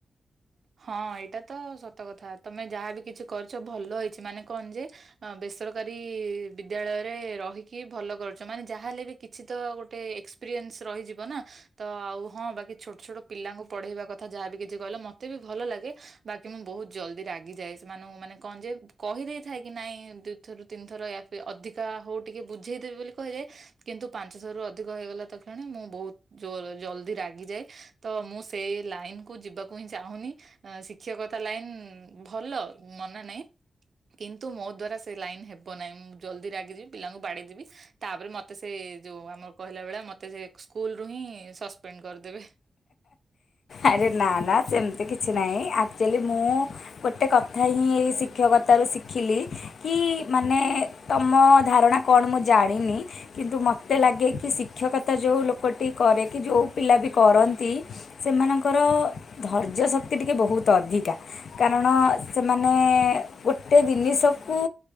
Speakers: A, on the right; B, on the left.
A: ହଁ ଏଇଟା ତ ସତ କଥା ତମେ ଯାହା ବି କିଛି କରିଛ ଭଲ ହେଇଛି ମାନେ କଣ ଯେ ଅଁ ବେସରକାରୀ ବିଦ୍ୟାଳୟ ରେ ରହିକି ଭଲ କରୁଚ ମାନେ ଯାହା ହେଲେ ବି କିଛି ତ ଗୋଟେ ଏକ୍ସପେରିଏନ୍ସ ରହିଯିବ ନା। ତ ଆଉ ହଁ ବାକି ଛୋଟ ଛୋଟ ପିଲାଙ୍କୁ ପଢେଇବା କଥା ଯାହାବି କିଛି କହିଲ ମତେ ବି ଭଲ ଲାଗେ। ବାକି ମୁଁ ବୋହୁତ ଜଲଦି ରାଗିଯାଏ ସେମାନଙ୍କୁ ମାନେ କଣ ଯେ କହିଦେଇଥାଏ କି ନାଇଁ ଦୁ ଥରୁ ତିନିଥର ୟା ଫିର ଅଧିକା ହୋଉ ଟିକେ ବୁଝେଇଦେବି ବୋଲି କୁହାଯାଏ। କିନ୍ତୁ ପାଞ୍ଚ ଥରରୁ ଅଧିକ ହେଇଗଲା ତ କ୍ଷଣେ ମୁଁ ବୋହୁତ ଜର ଜଲଦି ରାଗିଯାଏ ତ ମୁଁ ସେଇ ଲାଇନ କୁ ଯିବାକୁ ହିଁ ଚା ଚାହୁଁନି ଅଁ ଶିକ୍ଷକତା ଲାଇନ ଭଲ ମନା ନାଇଁ। କିନ୍ତୁ ମୋ ଦ୍ୱାରା ସେ ଲାଇନ୍ ହେବ ନାଇଁ ମୁଁ ଜଲଦି ରାଗିଯିବି ପିଲାଙ୍କୁ ବାଡିଦେବି। ତାପରେ ମତେ ସେ ଯୋଉ ଆମର କହିଲା ଭଳିଆ ମତେ ସେ ସ୍କୁଲରୁ ହିଁ ସସ୍ପେଣ୍ଡ କରିଦେବେ।
B: ଆରେ ନା ନା ସେମତି କିଛି ନାହିଁ ଆକଚୋଲି ମୁଁ ଗୋଟେ କଥା ହିଁ ଏଇ ଶିକ୍ଷକତାରୁ ଶିଖିଲି କି ମାନେ ତମ ଧାରଣା କଣ ମୁଁ ଜାଣିନି। କିନ୍ତୁ ମତେ ଲାଗେ କି ଶିକ୍ଷକତା ଯୋଉ ଲୋକଟି କରେ କି ଯୋଉ ପିଲା ବି କରନ୍ତି ସେମାନଙ୍କର ଧୈର୍ଯ୍ୟ ଶକ୍ତି ଟିକେ ବୋହୁତ ଅଧିକା। କାରଣ ସେମାନେ ଗୋଟେ ଦିନିଷକୁ